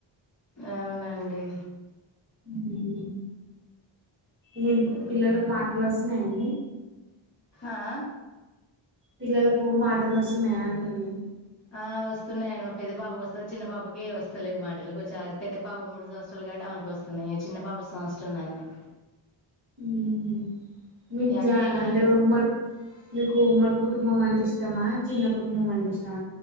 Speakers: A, on the left; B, on the right.
A: అవునండి
B: హుమ్మ్ మీ
A: మ్మ్.
B: పిల్లలకు మాటలొస్తున్నయా అండి
A: ఆ?
B: పిల్లలకు మాటలొస్తున్నయా అంటున్నా
A: ఆ వస్తూ వస్తున్నాయండి మా పెద్ద పాపకొస్తది చిన్న పాపకే వస్తలేవు మాటలు కొంచెం ఆ పెద్ద పాప మూడు సంవత్సరాలు కాబట్టి ఆమెకి వస్తున్నాయి చిన్న పాప సంవత్సరంన్నరనే
B: ఊహు మీది
A: ఇగ
B: జాయింట్
A: మనమే
B: అంటే ఉమ్మడి మీకు ఉమ్మడి కుటుంబం అంటే ఇష్టమా చిన్న కుటుంబం అంటే ఇష్